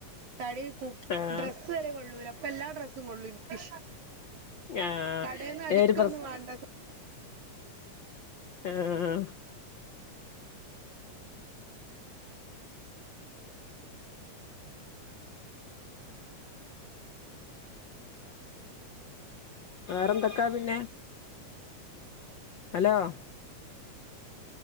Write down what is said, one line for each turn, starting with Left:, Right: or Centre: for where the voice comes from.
Right: തടി കു
Left: ആഹ്
Right: ഡ്രസ്സ്‌, വരെ കൊള്ളൂല പ്പോ എല്ലാ ഡ്രസ്സും കൊള്ളും എനിക്ക്.
Left: ആഹ്
Right: കടേന്ന് അടിക്കൊന്നും
Left: ഏത് പ്രസ്
Right: വേണ്ട-
Left: ആഹാ ആഹാ.. ! വേറെന്തൊക്കാ പിന്നെ. ഹലോ.. !